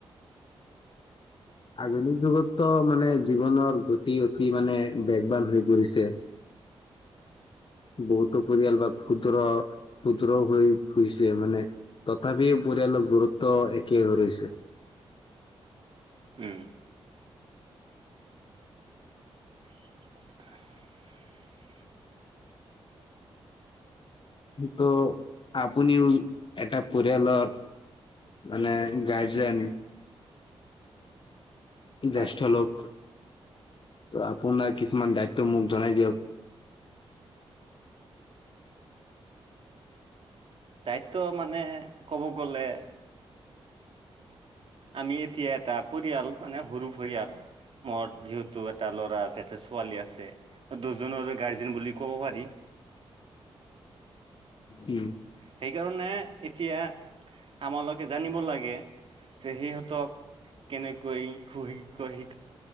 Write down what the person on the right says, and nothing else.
উম <unintelligible>
হয়
দায়িত্ব মানে কব গ'লে আমি এতিয়া এটা পৰিয়াল মানে সৰু পৰিয়াল মোৰ যিহেতু এটা ল'ৰা আছে। ছোৱালী আছে দুজনৰ গাৰ্জেন বুলি ক'ব পাৰি।
সেইকাৰণে এতিয়া আমালোকে জানিব লাগে যে সিহঁতক কেনেকৈ শু, শিক, শিক